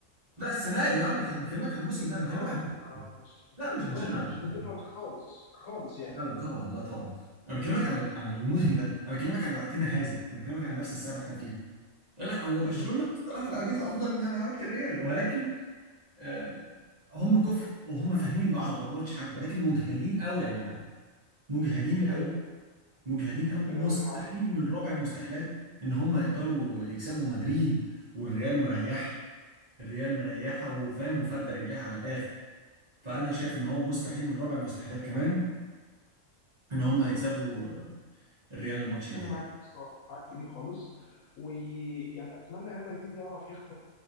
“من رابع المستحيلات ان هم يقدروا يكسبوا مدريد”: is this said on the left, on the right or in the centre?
Right